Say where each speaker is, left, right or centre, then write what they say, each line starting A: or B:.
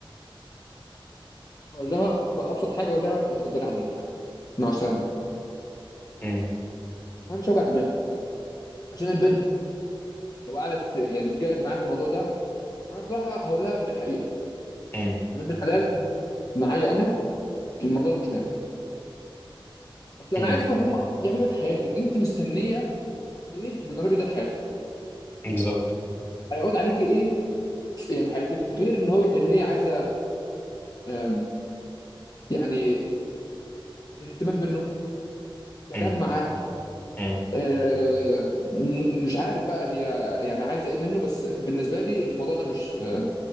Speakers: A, on the left; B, on the left.
A: اقول لها بابسط حاجه اقول لها اتفضلي حضرتك مع السلامه
B: مم.
A: انا مش هوجع دماغي عشان البنت لو قعدت يعني تجاهر معايا في الموضوع ده انا بصراحه هقول لها الحقيقه
B: مم.
A: يا بنت الحلال معايا انا الموضوع ده مش نافع اصل
B: مم.
A: انا عايز افهم هم اصلا بيعملوا ايه في حياتك انت مستنيه ايه من الراجل ده في حياتك
B: بالظبط
A: هيعود عليك ايه في يعني في حياتك غير ان هو ان هي عايزه آم، يعني اهتمام منه كلام
B: مم.
A: معاه
B: مم.
A: آه، م- مش عارف بقى هي يعني عايزه ايه منه بس بالنسبه لي الموضوع ده مش آه،